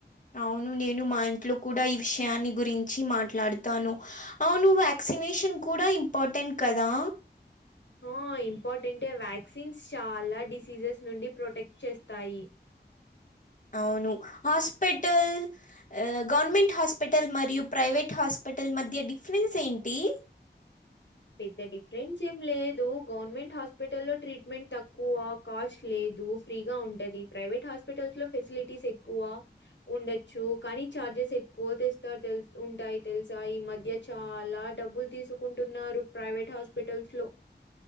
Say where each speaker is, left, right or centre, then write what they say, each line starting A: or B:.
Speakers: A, on the left; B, on the left.
A: అవును నేను మా ఇంట్లో కూడా ఈ విషయాన్ని గురించి మాట్లాడుతాను అవును వ్యాక్సినేషన్ కూడా ఇంపార్టెంట్ కదా
B: అ ఇంపార్టెంంటే వ్యాక్సిన్స్ చాలా డిసీజెస్ నుండి ప్రొటెక్ట్ చేస్తాయి
A: అవును హాస్పిటల్ అ గవర్నమెంట్ హాస్పిటల్ మరియు ప్రైవేట్ హాస్పిటల్ మధ్య డిఫరెన్స్ ఏంటి
B: పెద్ద డిఫరెన్స్ ఏం లేదు గవర్నమెంట్ హాస్పిటల్లో ట్రీట్మెంట్ తక్కువ కాస్ట్ లేదు ఫ్రీగా ఉంటది ప్రైవేట్ హాస్పిటల్స్లో ఫెసిలిటీస్ ఎక్కువ ఉండొచ్చు కానీ చార్జెస్ ఎక్కువ తెస్తారు తెలు ఉంటాయి తెలుసా ఈ మధ్య చాలా డబ్బులు తీసుకుంటున్నారు ప్రైవేట్ హాస్పిటల్స్ లో